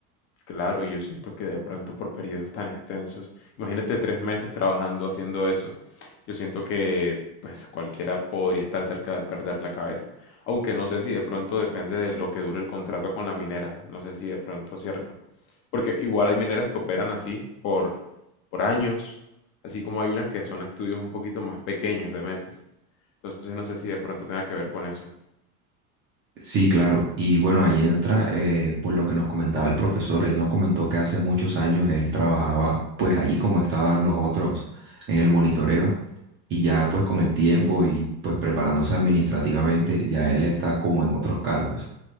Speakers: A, on the left; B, on the right.
A: Claro, yo siento que de pronto por periodos tan extensos, imagínate tres meses trabajando haciendo eso, yo siento que pues cualquiera podría estar cerca de perder la cabeza, aunque no sé si de pronto depende de lo que dure el contrato con la minera, no sé si de pronto, ¿cierto? Porque igual hay mineras que operan así por, por años, así como hay unas que son estudios un poquito más pequeños de meses, entonces no sé si de pronto tenga que ver con eso,
B: Sí, claro. Y bueno, ahí entra eh, pues lo que nos comentaba el profesor. Él nos comentó que hace muchos años él trabajaba pues ahí como estaban los otros en el monitoreo y ya pues con el tiempo y pues preparándose administrativamente, ya él está como en otros cargos.